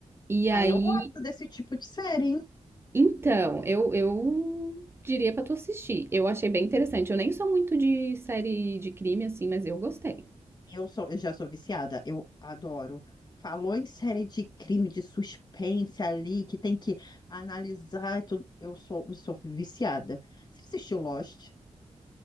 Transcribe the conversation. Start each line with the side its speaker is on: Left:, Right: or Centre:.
Right: E
Left: Aí
Right: aí,
Left: eu gosto desse tipo de série, hein?
Right: então, eu, eu diria pra tu assistir. Eu achei bem interessante. Eu nem sou muito de série de crime assim, mas eu gostei.
Left: Eu sou, eu já sou viciada, eu adoro. Falou em série de crime, de suspense ali, que tem que analisar e tudo. Eu sou, eu sou viciada. Você assistiu Lost?